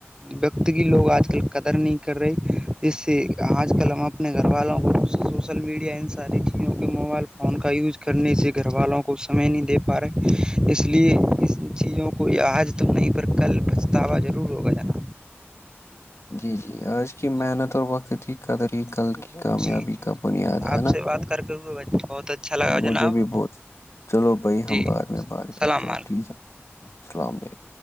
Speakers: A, on the right; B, on the left.
A: وت کی لوگ آج کل قدر نہیں کر رہے جس سے آج کل ہمب اپنے گھر والوں کو رپ سے سوشل میڈیا ان ساری چیزوں کے موبائل فون کا یوز کرنے سے گھر والوں کو سمے نہیں دے پا رہے اس لیے ان چیزوں کو عج تو نہیں پر کل پچھتاوا ضرور ہوگا جانا
B: جی جی آج کی محنت
A: جی
B: اور وقت کی قدر ہی کل کی کامیابی
A: جی جی
B: کا
A: جی
B: بنیاد ہے
A: آپ
B: نا
A: سے بات کر کے ہوئے بہت اچھا لگا
B: مجھے
A: جناب
B: بھی بہت چلو بھائی ہم
A: جی السلام
B: بعد میں بات کرتے ہیں
A: علیکم
B: ٹھیک ہے السلام علیکم